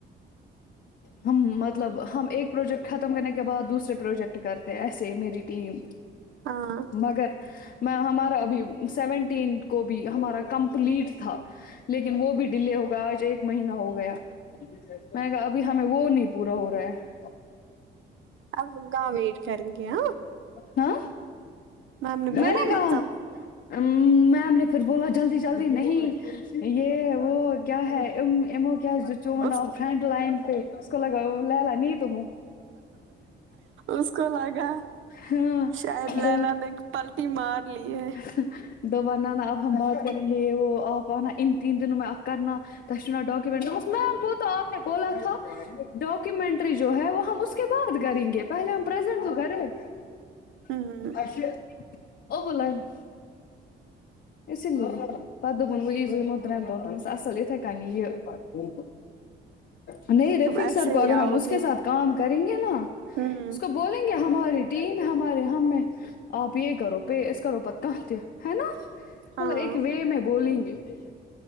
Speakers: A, on the left; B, on the right.
A: ہم مطلب ہم ایک پروجیکٹ ختم کرنے کے بعد دوسرے پروجیکٹ کرتے ایسے میری ٹیم
B: ہاں
A: مگر میں ہمارا ابھی سیونٹینھ کو بھی ہمارا کمپلیٹ تھا لیکن وہ بھی ڈیلے ہو گیا آج ایک مہینہ ہو گیا میں نے کہا ابھی ہمیں وہ نہیں پورا ہو رہا ہے
B: اب ہم کہاں ویٹ کریں گے ہاں
A: ہاں
B: میم نے بولا
A: میں کہا
B: مطلب
A: میم نے پھر بولا جلدی جلدی نہیں یہ وہ کیا ہے ک کیا د چون
B: اس
A: آ فرینٹ لائن پ اس کو لگاؤ لے لا ن توم
B: اس کو لگا
A: ہاں
B: شاید لیلا
A: د
B: ایک پالٹی مار لی
A: <unintelligible>
B: ہے
A: دوب نا اب ہم بات کریں گے وہ آپ آنا ان تین دنوں میں آپ کرنا تنا ڈاکومٹری میم وہ تو آپ نے بولا تھا ڈاکومینٹری جو ہے وہ ہم اس کے بعد کریں گے پہلے ہمزینٹ تو کرے <unintelligible>
B: ہوں
A: اب لن ا لیے پ دپن وہزو ہم ترین دن اصل ات کنی یہ نہیں رفک
B: تم ایسے
A: سر کو اگر
B: ہی آؤ
A: ہم اس
B: گی
A: کے ساتھ کام کریں گے نا
B: ہوں
A: اس کو بولیں گے ہمارے ٹیم ہے ہمارے ہمیں آپ یہ کرو پے اس کرو پت کہاں ت ہے نا
B: ہاں
A: مطلب ایک وے میں بولیں گے جی س